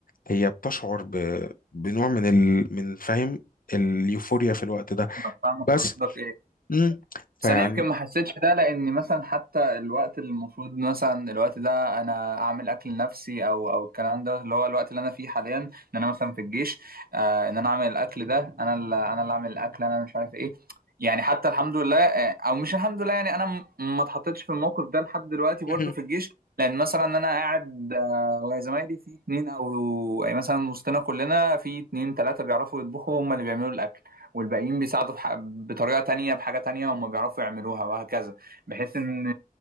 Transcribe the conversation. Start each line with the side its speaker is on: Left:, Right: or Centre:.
Left: هي بتشعر ب... بنوع من ال... من فاهم اليوفوريا في الوقت ده
Right: ما فاهمك
Left: بس
Right: قصدك إيه
Left: امم
Right: بس
Left: فيعني
Right: انا يمكن ما حسيتش ده لان مثلا حتى الوقت اللي المفروض مثلا الوقت ده انا اعمل اكل لنفسي او او الكلام ده اللي هو الوقت اللي انا فيه حاليا ان انا مثلا في الجيش آه ان انا اعمل الاكل ده انا اللي انا اللي اعمل الاكل انا مش عارف ايه يعني حتى الحمد لله آه، او مش الحمد لله يعني انا م- ما اتحطيتش في الموقف ده لحد دلوقتي برضه
Left: مهم.
Right: في الجيش لان مثلا انا قاعد آه، وزمايلي في اتنين او يعني مثلا وسطنا كلنا في اتنين تلاته بيعرفوا يطبخوا هم اللي بيعملوا الاكل والباقيين بيساعدوا بح... بطريقة تانية بحاجة تانية هم بيعرفوا يعملوها وهكذا بحيث ان